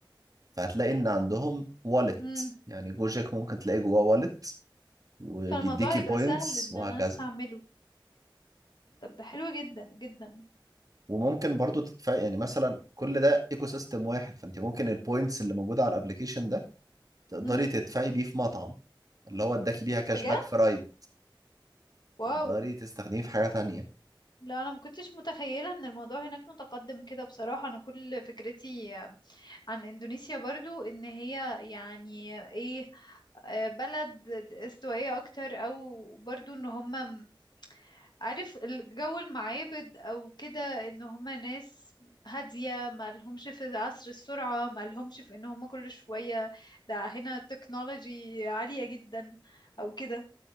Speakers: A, on the right; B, on the left.
A: فهتلاقي إن عندهم والت
B: امم
A: يعني جوجك ممكن تلاقي جواه والت وبيديكي
B: فالموضوع هيبقى
A: بوينتس
B: سهل ان
A: وهكذا
B: انا استعمله طب ده حلو جدا جدا
A: وممكن برضو تدفع يعني مثلا كل ده ايكو سيستم واحد فانت ممكن البوينتس اللي موجوده على الابلكيشن ده تقدري
B: امم
A: تدفعي بيه في مطعم اللي هو اداكي بيها كاش
B: بجد
A: باك في رايد
B: واو
A: تقدري تستخدميه في حاجه تانية
B: لا انا ما كنتش متخيلة ان الموضوع هناك متقدم كده بصراحة انا كل فكرتي عن اندونيسيا برضو ان هي يعني ايه آه، بلد استوائية أكتر أو برضو إن هما م- عارف الجو المعابد أو كده إن هما ناس هادية ما لهمش في عصر السرعة ما لهمش في إن هما كل شوية ده هنا تكنولوجي عالية جدا أو كده